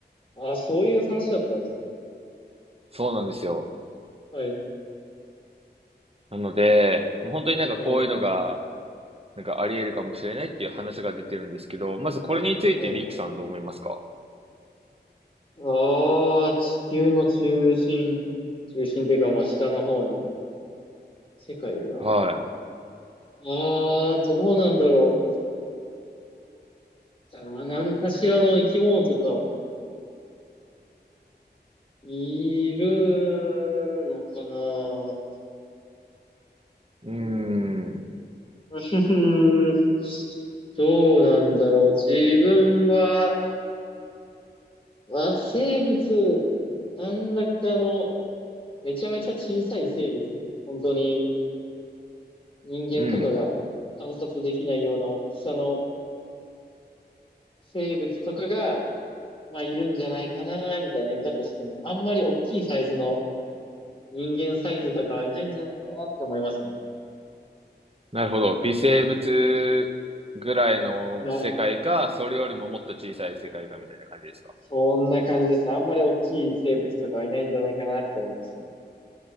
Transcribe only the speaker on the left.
ああ、そういう話だったんですね。
はい、
はい、
はい。ああ、地球の中心、中心っていうか、まあ、下の方に。世界が。あ
あ、どうなんだろう。あー何かしらの生き物とか、いるのかな。う
ーん。
<laughs> どうなんだろう。自分は、まあ、生物、なんだかの、めちゃめちゃ小さい生物。本当に人間とかが観察できないような大きさの
生物とかが、まあ、いるんじゃないかな、みたいな、いたとしても、あんまり大きいサイズの人間サイズとかはいないんじゃないかなって思いますね。
な、
そんな感じですね。あんまり大きい生物とかはいないんじゃないかなって思いますね。